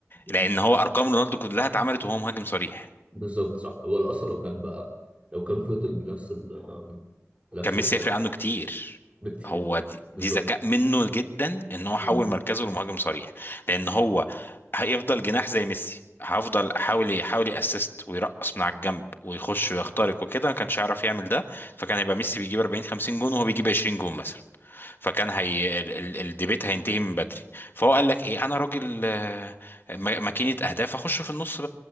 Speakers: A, on the right; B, on the left.
A: مم.
B: لان هو ارقام رونالدو كلها اتعملت وهو مهاجم صريح
A: بالظبط صح هو الاصل لو كان بقى لو كان فضل بنفس ال آم، بنفس
B: كان ميسي
A: الحوار
B: يفرق عنه كتير
A: بكتير
B: هو دي,
A: بالظبط
B: دي ذكاء منه جدا ان هو حول
A: امم
B: مركزه لمهاجم صريح لان هو هيفضل جناح زي ميسي هفضل احاول يحاول ياسست ويرقص من على الجنب ويخش ويخترق وكده ما كانش هيعرف يعمل ده فكان هيبقى ميسي بيجيب 40 50 جون وهو بيجيب 20 جون مثلا فكان هي ال- ال- الديبيت هينتهي من بدري فهو قال لك ايه انا راجل آه، م- ماكينه اهداف اخش في النص